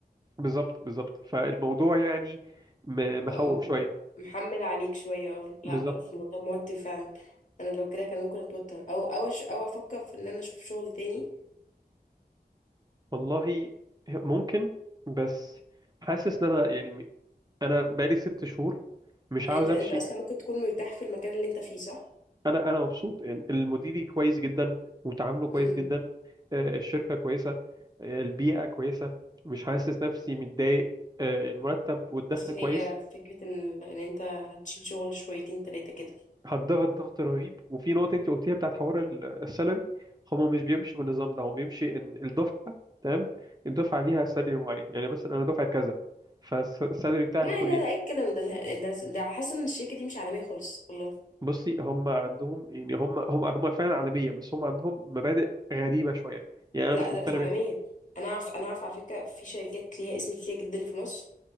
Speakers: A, on the right; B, on the left.
A: بالظبط بالظبط فالموضوع يعني م- مخوف
B: اه
A: شويه
B: محمل عليك شوية اه لا
A: بالظبط
B: لا الموضوع موتر فعلا انا لو كده كان ممكن اتوتر او او أش- او افكر في ان انا اشوف شغل تاني
A: والله ممكن بس حاسس ان انا يعني انا بقالي ست شهور مش
B: يعني
A: عاوز
B: انت
A: امشي
B: انت اصلا ممكن تكون مرتاح في المكان اللي انت فيه صح
A: انا انا مبسوط إن المديري كويس جدا وتعامله كويس
B: امم
A: جدا آه، الشركه كويسه آه، البيئه كويسه مش حاسس نفسي متضايق آه، المرتب والدخل
B: بس
A: كويس
B: هي فكرة ان ان انت هتشيل شغل شويتين تلاتة كده
A: هتضغط ضغط رهيب وفي نقطه انت قلتيها بتاعت حوار ال- السالري هما مش بيمشوا بالنظام ده هو بيمشي ان الدفعه تمام الدفعه ليها سالري معين يعني مثلا انا دفعه كذا فالسالري بتاعي
B: لا
A: يكون
B: لا
A: ايه؟
B: لا ايه الكلام ده لا، ده ده حاسة ان الشركة دي مش عالمية خالص والله
A: بصي هم عندهم يعني هم هم هم فعلا عالميه بس هم عندهم مبادئ غريبه شويه يعني انا
B: لا
A: مش
B: ده
A: مقتنع
B: مش عالمية
A: بيها
B: انا اعرف انا اعرف على فكرة في شركات ليها اسم كتير جدا في مصر